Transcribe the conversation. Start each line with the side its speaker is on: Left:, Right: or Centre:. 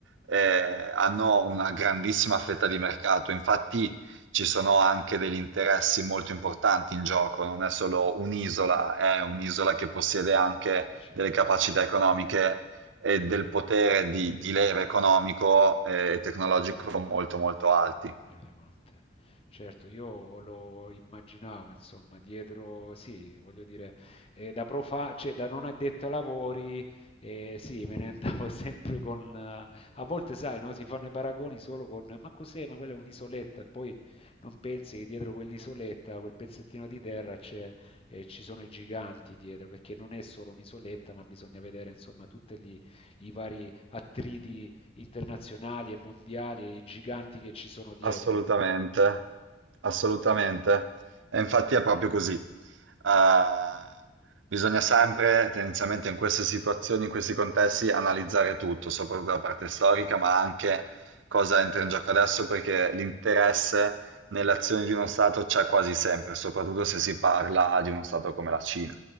Right: Eh, hanno una grandissima fetta di mercato, infatti ci sono anche degli interessi molto importanti in gioco, non è solo un'isola, è un'isola che possiede anche
Left: certo.
Right: delle capacità economiche e del potere di, di leva economico eh, e tecnologico molto molto alti.
Left: Rilevante. Certo, io lo immaginavo, insomma, dietro, sì, voglio dire, eh, da profa, cioè da non addetto ai lavori, eh, sì, me ne andavo <laughs> sempre con... eh, a volte, sai, no, si fanno i paragoni solo con, ma cos'è, ma quella è un'isoletta, e poi non pensi che dietro quell'isoletta, quel pezzettino di terra, c'è e ci sono i giganti dietro, perché non è solo un'isoletta, ma bisogna vedere insomma tutti gli- i vari attriti internazionali e mondiali e i giganti che ci sono dietro.
Right: Assolutamente, assolutamente. E infatti è proprio così. Eh, bisogna sempre, tendenzialmente in queste situazioni, in questi contesti, analizzare tutto, soprattutto la parte storica, ma anche cosa entra in gioco adesso, perché l'interesse nelle azioni di uno Stato c'è quasi sempre, soprattutto se si parla di uno Stato come la Cina.